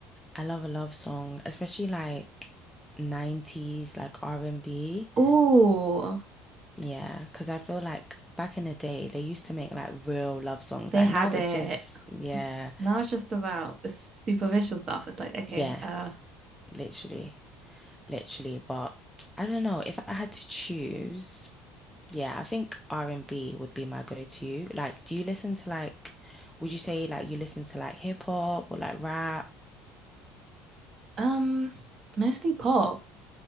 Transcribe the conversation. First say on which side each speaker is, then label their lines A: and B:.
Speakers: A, in the centre; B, on the right.
A: I love a love song, especially like 90s like R&B.
B: Oh,
A: Yeah, because I feel like back in the day, they used to make like real love songs.
B: they
A: Like
B: had
A: now
B: it.
A: it's just, yeah,
B: N- Now it's just about the superficial stuff. It's like, okay,
A: yeah,
B: uh,
A: literally, literally. But I don't know, if I had to choose, yeah, I think R&B would be my go-to. Like, do you listen to like, would you say like you listen to like hip hop or like rap?
B: um, mostly pop.